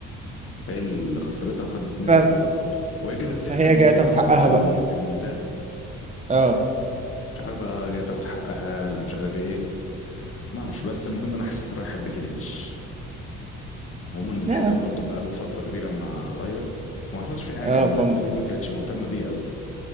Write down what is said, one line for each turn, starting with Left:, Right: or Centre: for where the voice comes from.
Left: هي اللي خسرتها وخدت منها
Right: ففي
Left: اللقب وهي جابت سيرة
Right: فهي
Left: الموضوع
Right: جاية تاخد
Left: ده برضه
Right: حقها
Left: في
Right: بقى
Left: السيجمنتات
Right: اه
Left: مش عارفة جاية تاخد حقها ولا مش عارف ايه ما اعرفش بس المهم انا حاسسها رايحة لبيكي لينش عموما الحزام
Right: اه
Left: برضه بقاله فترة كبيرة مع لايرا وما حصلش فيه حاجة
Right: اه
Left: يعني
Right: فم
Left: الدبليو دبليو اي ما كانتش مهتمة بيه قوي